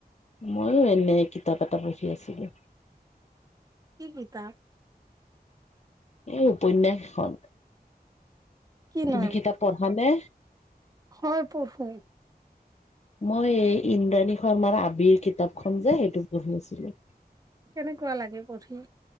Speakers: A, on the left (about 40°); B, on the right (about 20°).
A: ময়ো এনে কিতাপ এটা পঢ়ি আছিলো।
B: কি কিতাপ?
A: এই উপন্যাসখন।
B: কি
A: তুমি
B: নাম
A: কিতাপ পঢ়া নে?
B: হয় পঢ়ো।
A: মই এই ইন্দ্ৰাণী শৰ্মাৰ আবিৰ কিতাপখন যে সেইটো পঢ়িছিলোঁ।
B: কেনেকুৱা লাগে পঢ়ি?